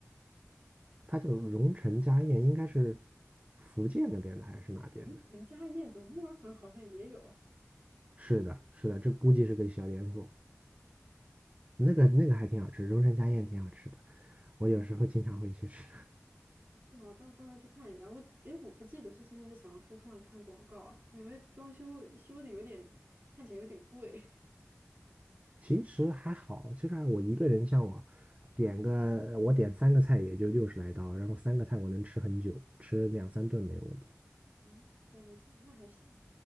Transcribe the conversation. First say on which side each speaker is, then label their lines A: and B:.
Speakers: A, on the right (about 25°); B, on the right (about 45°).
A: 它叫荣成家宴，应该是福建那边的还是哪边的？
B: 我们我们家宴怎么墨尔本好像也有，
A: 是的，是的，这估计是个小连锁。那个那个还挺好吃，荣成家宴挺好吃的，我有时候经常会去吃。
B: 是吗？到到时候去看一下。我哎，我不记得是之前在小红书上看广告，啊，感觉装修修的有点看起来有点贵。<laughs>
A: <laughs> 其实还好，就算我一个人，像我点个我点三个菜也就六十来刀，然后三个菜我能吃很久，吃两三顿没有问题。
B: 嗯，这样子那还行。